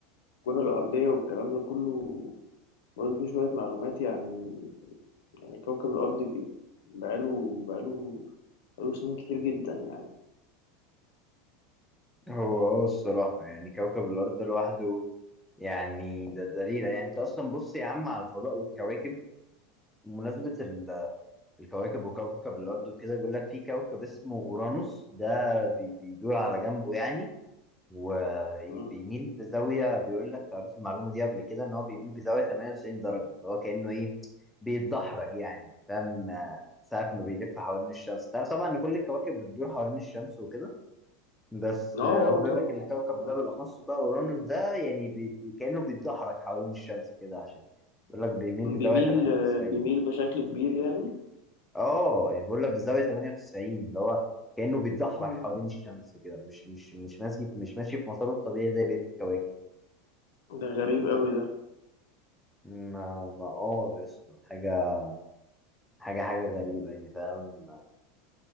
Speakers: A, on the left (about 80°); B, in the centre.
A: الأرضية والكلام ده كله برضه فيه شوية معلومات يعني يعني كوكب الأرض بي- بقاله بقاله بقاله سنين كتير جدا يعني
B: هو اه الصراحة يعني كوكب الأرض ده لوحده يعني ده ده ليلة يعني أنت أصلا بص يا عم على الفضاء والكواكب بمناسبة ال- الكواكب وكوكب الأرض وكده بيقول لك في كوكب اسمه أورانوس ده بي- بيدور على جنبه يعني وبيميل
A: مم.
B: بزاويه بيقول لك قريت المعلومه دي قبل كده ان هو بيميل بزاويه 98 درجه اللي هو كانه ايه بيتدحرج يعني فاهم آه، ساعه ما بيلف حوالين الشمس تعرف طبعا ان كل الكواكب بتدور حوالين الشمس وكده بس
A: آه
B: آه،
A: آه
B: هو بيقول
A: طبعا
B: لك الكوكب
A: آه.
B: ده بالاخص بقى اورانوس ده يعني بي... بي- كانه بيتدحرج حوالين الشمس كده عشان بيقول لك بيميل
A: بيميل
B: بزاويه 98
A: آه، بيميل بشكل كبير يعني
B: اه يعني بقول لك بزاويه 98 اللي هو كانه بيتدحرج
A: مم.
B: حوالين الشمس كده مش مش مش ماشي مش ماشي في مساره الطبيعي زي بقيه الكواكب
A: ده غريب قوي ده
B: ما ما اه يا اسطى حاجة حاجة حاجة غريبة يعني فاهم